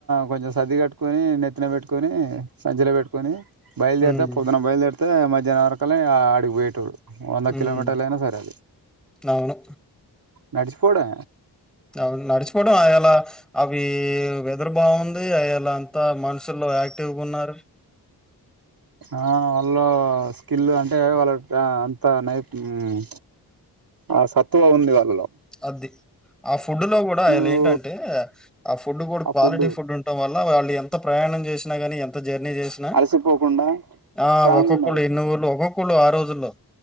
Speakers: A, on the right; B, in the centre.
A: కొంచెం సది కట్టుకొని నెత్తిన పెట్టుకొని సంచలో పెట్టుకొని బయలుదేరితే
B: హ్మ్.
A: పొద్దున్నన బయలుదేరితే మధ్యాహ్న వరకల్ల ఇగ అడిగి పోయేటోడు వంద
B: హ్మ్.
A: కిలోమీటర్ల అయినా సరే అది
B: అవును.
A: నడిచిపోవుడే
B: అవును. నడిచిపోవడం అయాల అవి వెదరు బాగుంది అయలా అంతా మనుషుల్లో యాక్టివ్గా ఉన్నారు
A: ఆ వాళ్ళు స్కిల్ అంటే వాళ్ళ ఆ అంత నై ఉమ్మ్ ఆ సత్తువ ఉంది వాళ్లలో
B: అది ఆ ఫుడులో కూడా ఆయన
A: నువ్వు
B: ఏంటంటే ఆ ఫుడ్ కూడా
A: ఆ
B: క్వాలిటీ
A: ఫుడ్డు
B: ఫుడ్ ఉంటాం వ ల్ల వాళ్ళు ఎంత ప్రయాణం చేసినా గానీ ఎంత జర్నీ చేసిన
A: అలసిపోకుండా
B: ఆ
A: స్ట్రాంగ్
B: ఒక్కొక్కళ్ళు
A: ఉన్నారు
B: ఎన్ని ఊళ్ళు ఒక్కొక్కళ్ళు ఆరోజుల్లో